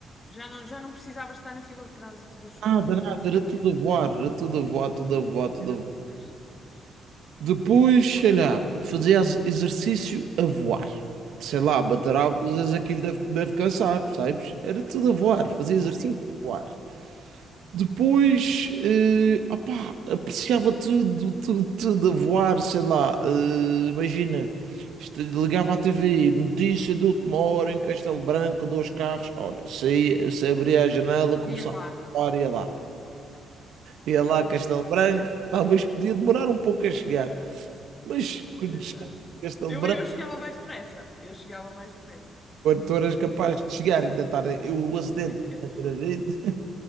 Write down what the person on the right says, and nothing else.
Nada, nada,
era tudo a voar, era tudo a voar, tudo a voar, tudo
a voar.
Depois, sei lá, fazer ex- exercício a voar. Sei lá, bater asas, aquilo deve, deve cansar, sabes? Era tudo a voar, fazia exercício
a voar. Depois, eh, opá, apreciava tudo, tudo, tudo a voar, sei lá, eh, imagina, isto- ligava à TV, notícia de última hora em Castelo Branco, dois carros, olha, saía, se abria a janela, começava
a voar, ia lá. Ia lá a Castelo Branco, talvez podia demorar um pouco a chegar. Mas quando
chegaste a esta
lembrança,
tu eras capaz de chegar, ainda estar eu, o acidente,
ainda ter havido. <laughs>